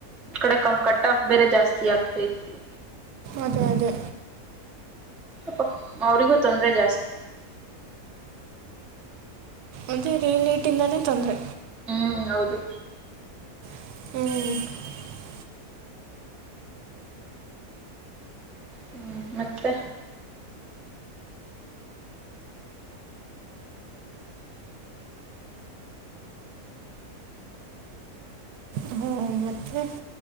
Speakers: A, in the centre; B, on the right.
A: ಕಡೆ ಕ ಕಟ್ ಆಫ್ ಬೇರೆ ಜಾಸ್ತಿ ಆಗ್ತೈತಿ
B: ಅದೇ ಅದೇ
A: ಅಪ್ಪ ಅವ್ರಿಗೂ ತೊಂದರೆ ಜಾಸ್ತಿ
B: ಅದೇರೀ ನೀಟ್ ಇಂದಾನೆ ತೊಂದ್ರೆ
A: ಹ್ಮ್ ಹೌದು
B: ಹ್ಮ್
A: ಹ್ಮ ಮತ್ತೆ
B: ಹ್ಮ ಮತ್ತೆ